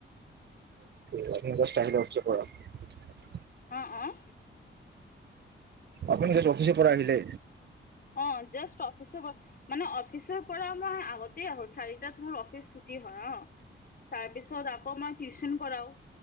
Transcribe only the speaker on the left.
অঁ অঁ।
অঁ জষ্ট অফিচ পৰা মানে অফিচৰ পৰা মই আগতে আহো চাৰিটাত মোৰ অফিচ ছুটি হয় অঁ। তাৰপিছত আকৌ মই টিউচন কৰাওঁ